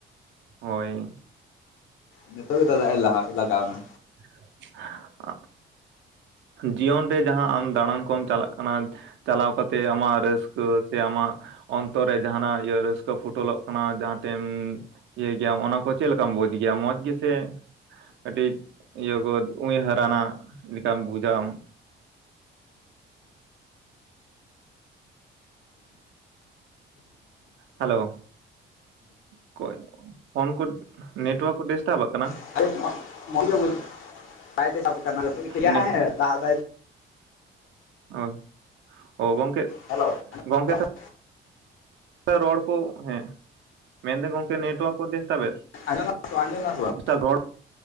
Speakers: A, on the right; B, on the left.
A: ᱦᱳᱭ᱾
B: ᱱᱤᱛᱚᱜ ᱜᱮ ᱛᱚ ᱫᱟᱜ ᱮ ᱞᱟᱦᱟᱜ <unintelligible> ᱞᱟᱜᱟᱣ ᱱᱟ᱾
A: <inaudible> ᱡᱤᱭᱚᱱ ᱨᱮ ᱡᱟᱦᱟᱸ ᱟᱢ ᱫᱟᱬᱟᱱ ᱠᱚᱢ ᱪᱟᱞᱟᱜ ᱠᱟᱱᱟ ᱾ ᱪᱟᱞᱟᱣ ᱠᱟ ᱛᱮ ᱟᱢᱟᱜ ᱨᱟᱹᱥᱠᱟᱹ, ᱥᱮ ᱟᱢᱟᱜ ᱚᱱᱛᱚᱨ ᱨᱮ ᱡᱟᱦᱟᱱᱟᱜ ᱤᱭᱟᱹ <unintelligible> ᱛᱚ ᱯᱷᱩᱴᱚᱞᱚᱜ ᱠᱟᱱᱟ᱾ ᱡᱟᱦᱟᱸ ᱛᱮᱢ ᱤᱭᱟᱹᱭ ᱜᱮᱭᱟᱢ ᱚᱱᱟ ᱠᱚ᱾ ᱪᱮᱜ ᱞᱮᱠᱟᱢ ᱵᱩᱡᱽ ᱜᱮᱭᱟ? ᱢᱚᱡᱽ ᱜᱮᱥᱮ ᱠᱟᱹᱴᱤᱡ ᱤᱭᱟᱹ ᱠᱚᱼᱼ ᱩᱭᱦᱟᱹᱨ ᱟᱱᱟᱜ ᱞᱮᱠᱟᱢ ᱵᱩᱡ ᱟᱢ᱾ ᱦᱟᱞᱳ᱾ ᱚᱠᱚᱭ <inaudible> ᱯᱷᱳᱱ ᱠᱚ ᱱᱮᱴᱣᱟᱨᱠ ᱠᱚ ᱰᱤᱥᱴᱟᱵᱟᱜ ᱠᱟᱱᱟ᱾
B: <unintelligible>
A: ᱱᱮ ᱦᱚᱭ, ᱚ ᱜᱚᱝᱠᱮ᱾
B: ᱦᱮᱞᱚ <inaudible>
A: ᱜᱚᱝᱠᱮ ᱨᱚᱲ ᱠᱚ ᱦᱮᱸ, ᱢᱮᱱᱫᱟ ᱜᱚᱝᱠᱮ ᱱᱮᱴᱚᱣᱟᱨᱠ ᱠᱚ ᱰᱤᱥᱴᱟᱵ
B: ᱟᱸᱡᱚᱢ ᱫᱟᱢ ᱥᱮ ᱵᱟᱝ
A: ᱴᱟᱵ <unintelligible> ᱨᱚᱲ,